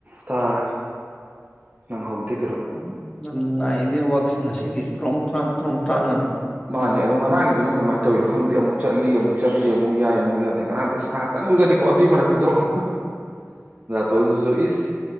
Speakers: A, on the right; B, on the left.
A: ꯇꯥꯏ ꯅꯪ ꯍꯧꯗꯦ
B: ꯌꯥꯝ ꯌꯥꯝ ꯅꯨꯡꯉꯥꯏꯌꯦ ꯅꯦꯠꯋꯥꯛꯁꯤꯡ ꯑꯁꯤꯗꯤ ꯇꯨꯔꯥꯡ ꯇ꯭ꯔꯥꯡ ꯇꯔꯨꯝ ꯇ꯭ꯔꯥꯡꯉꯅ
A: ꯅꯦ ꯑꯗꯣ ꯉꯥꯡꯒꯤꯗꯨꯅ ꯀꯃꯥꯏꯅ ꯇꯧꯔꯤꯅꯣ ꯈꯪꯗꯦ ꯑꯃꯨꯛ ꯆꯠꯂꯤ ꯑꯃꯨꯛ ꯆꯠꯇꯦ ꯑꯃꯨꯛ ꯌꯥꯏ ꯑꯃꯨꯛ ꯌꯥꯗꯦ ꯉꯔꯥꯡꯗꯤ ꯑꯁ ꯉꯥꯏꯍꯥꯛꯇꯪꯗꯨꯗꯅꯤꯀꯣ ꯑꯗꯨꯏ ꯃꯔꯛꯇꯨꯗ ꯑꯃꯨꯛ ꯇꯣꯗꯨꯁꯨ ꯏꯁ